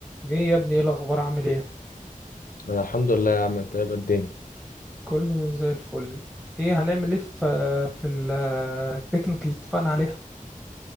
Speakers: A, in the centre; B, on the left.
A: ايه يا ابني ايه الاخبار عامل ايه
B: انا الحمد لله يا عم انت إيه اللي الدنيا
A: كله زي الفل ايه هنعمل ايه في في ال- البيكنيك اللي اتفقنا عليها